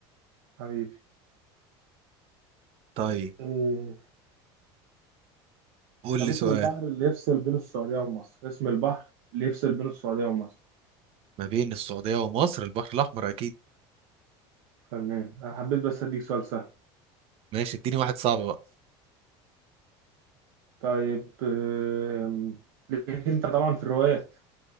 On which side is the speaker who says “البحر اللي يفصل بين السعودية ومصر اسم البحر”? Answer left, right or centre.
Right